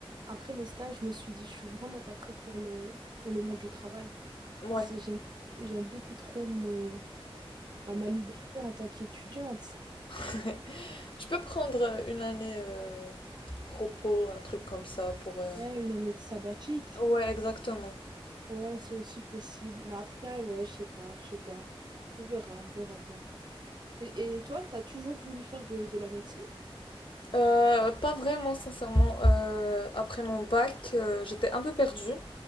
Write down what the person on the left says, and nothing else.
on- ouais.
<laughs> Tu peux prendre euh, une année euh, repos, un truc comme ça pour... euh,
Ouais, exactement.
Euh, pas vraiment, sincèrement. Euh, après mon bac, euh, j'étais un peu perdue.